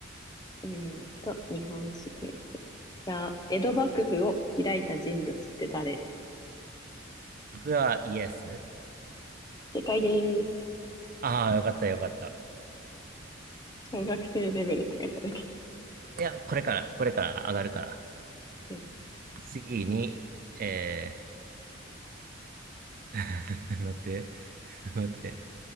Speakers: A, on the left; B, on the right.
A: えーと、日本史クイズ。じゃあ、江戸幕府を開いた人物って誰
B: 僕はイエス。
A: 正解です。
B: ああ、よかった、よかった。
A: 小学生レベルって書いてあるけ
B: いや、これから、これから上がるから。
A: ど。よし。
B: 次に、えー、<laughs> 待って、待って。